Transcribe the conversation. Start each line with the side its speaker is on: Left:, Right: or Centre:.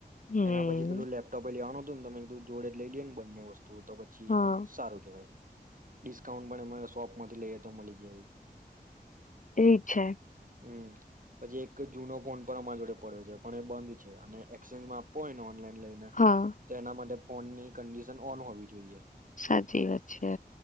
Left: હમ
Right: એના પછી પેલું લેપટોપય લેવાનું <unintelligible> મેં કીધું જોડે જ લઈ લીએન બંને વસ્તુ તો તો પછી
Left: હા
Right: આમ સારું કેવાય. ડિસ્કાઉન્ટ પણ એમાં શોપમાંથી લઈએ તો મલી જાય.
Left: એ છે.
Right: હમ! પછી એક જુનો ફોન પણ અમારી જોડે પડ્યો છે, પણ એ બંધ છે. અને એક્સચેન્જમાં આપવો હોય ને ઓનલાઈન લઈ ને
Left: હા
Right: તો એના માટે ફોનની કન્ડિશન ઓન હોવી જોઈએ.
Left: સાચી વાત છે.